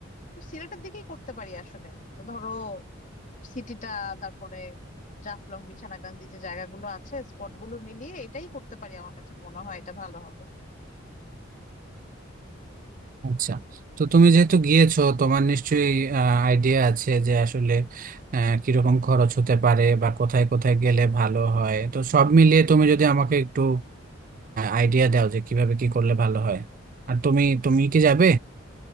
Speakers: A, on the left; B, on the right.
A: তো সিলেটের দিকেই করতে পারি আসলে তো ধরো সিটিটা তারপরে জাফলং বিছানাকান্দি যে জায়গাগুলো আছে স্পটগুলো মিলিয়ে এটাই করতে পারি আমার কাছে মনে হয় এটা ভালো হবে
B: আচ্ছা তো তুমি যেহেতু গিয়েছো তোমার নিশ্চয়ই আইডিয়া আছে যে আসলে আহ, কিরকম খরচ হতে পারে বা কোথায় কোথায় গেলে ভালো হয় তো সব মিলিয়ে তুমি যদি আমাকে একটু আইডিয়া দাও যে কিভাবে কি করলে ভালো হয় আর তুমি তুমি কি যাবে